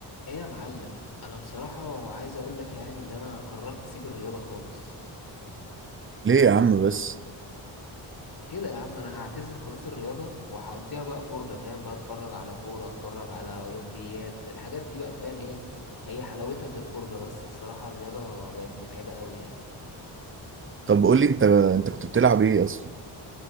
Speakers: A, on the left; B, on the right.
A: ايه يا معلم انا بصراحة عايز اقول لك يعني اللي انا قررت اسيب الرياضة خالص
B: ليه يا عم بس
A: كده يا عم انا هعتزل خلاص الرياضة وهقضيها بقى فرجة فاهم بقى اتفرج على كورة اتفرج على اولمبيات الحاجات دي بقى فاهم ايه هي حلاوتها في الفرجة بس الصراحة الرياضة بقت متعبة قوي يعني
B: طب قول لي انت انت كنت بتلعب ايه اصلا